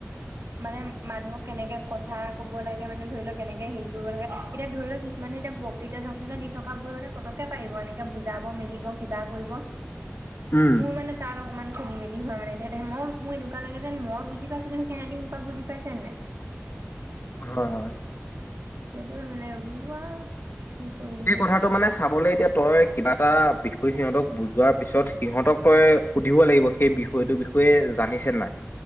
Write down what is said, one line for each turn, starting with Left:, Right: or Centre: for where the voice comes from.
Right: মানে মানুহক কেনেকে কথা কব লাগে মানে ধৰি লওক কেনেকে হেৰি কৰিব লাগে এতিয়া ধৰি লওক কিছুমানে এতিয়া বত্তৃকৃতা দি থকা বৈ মানে পতককে পাৰিব এনেকে বুজাব মেলিব কিবা কৰিব।
Left: উম।
Right: মোৰ মানে তাৰক মানে খেলি মেলি হয় মানে দে মই মোৰ এনেকুৱা লাগে যেন মই বুজি পাইছো কিন্তু সিহঁতি মোৰ পৰা বুজি পাইছেন নাই?
Left: হয়-হয়
Right: সেইটো মানে উৱা। কি কৰিবি
Left: সেই
Right: নো
Left: কথাটো মানে চাবলৈ এতিয়া তই কিবা এটা বিষয় সিহঁতক বুজোৱাৰ পিছত সিহঁতক তই সুধিব লাগিব সেই বিষয়টোৰ বিষয়ে জানিছে নাই।